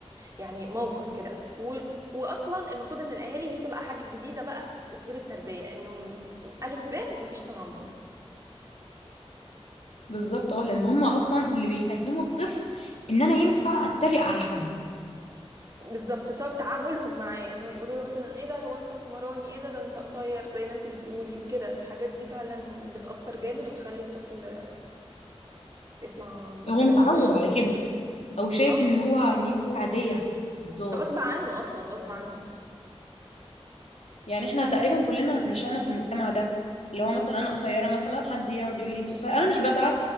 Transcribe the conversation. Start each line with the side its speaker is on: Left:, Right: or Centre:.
Right: يعني موقف كده و واصلا المفروض ان الاهالي دي تبقى حاجه جديده بقى في اسلوب التربيه انه م- الف ب مفيش تنمر
Left: بالظبط اه لان هم اصلا اللي بيفهموا الطفل ان انا ينفع اتريق على حد
Right: بالظبط بسبب تعاملهم معاه انه يقولوا له مثلا ايه ده هو انت اسمراني ايه ده ده انت قصير زي ما انت بتقولي كده الحاجات دي فعلا بتأثر جامد وبتخلي الطفل يطلع متنمر
Left: هو متعود على كده او شايف
Right: اه
Left: ان هو ان هي حاجه عاديه هزار
Right: غصب عنه اصلا غصب عنه
Left: يعني احنا تقريبا كلنا نشأنا في المجتمع ده اللي هو مثلا انا قصيره مثلا حد يقعد يقول لي انت قصيره انا مش بزعل